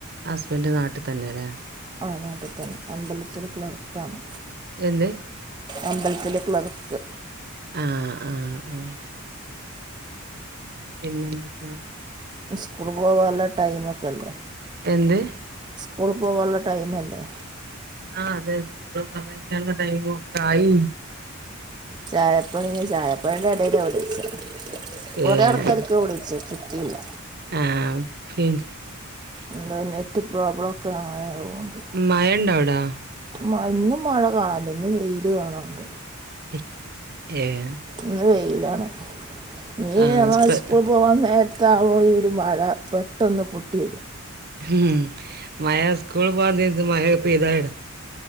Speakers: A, on the right (about 50°); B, on the right (about 20°).
A: ഹസ്ബൻഡ് നാട്ടിൽ തന്നെയല്ലേ
B: ആഹ് നാട്ട് ത്തന്നെ അമ്പലത്തില് ക്ലർക്കണ്.
A: എന്ത്
B: അമ്പലത്തില് ക്ലർക്ക്
A: ആഹ് ആഹ് ആഹ് പിന്നെന്തക്ക
B: സ്കൂള് പോവാള്ള ടൈം ഒക്കെ ല്ലേ
A: എന്ത്?
B: സ്കൂൾ പോവാള്ള ടൈമല്ലേ
A: ആഹ് അതെ സ്കൂൾ പറഞ്ഞെക്കനുള്ള ടൈം ഒക്കെ ആയി.
B: ചായ പണി ചായ പണീന്റെ എടേല വിളിച്ചേ കുറെ
A: ഏഹ്
B: ആൾക്കാർ ക്ക് വിളിച്ചോക്കി ക്കില്ല
A: ആഹ് പിൻ
B: എന്തോ നെറ്റ് പ്രോബ്ലം ഒക്കെ ആയതുകൊണ്ട്.
A: മയണ്ടവിടെ?
B: മ ഇന്ന് മഴ കാണാനില്ല ഇന്ന് വെയില് കാണാണ്ട്
A: ഇ ഏഹ്
B: ഇന്ന് വെയിലാണ് ജ്
A: ആഹ്
B: നമ്മളെ
A: സ്പെ
B: സ്കൂ പോകൻ നേരത്തായൊരു ഈ മഴ പെട്ടന്ന് പൊട്ടിയത്
A: ഉം മഴ സ്കൂൾ പോകാൻ നേരത്ത് മഴ പെയ്തടെ